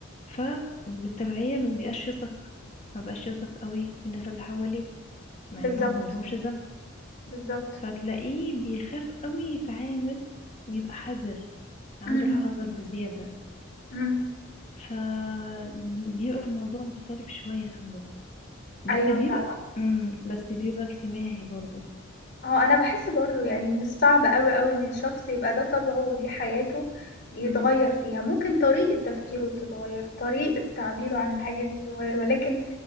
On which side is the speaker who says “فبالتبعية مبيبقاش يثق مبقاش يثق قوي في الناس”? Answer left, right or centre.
Left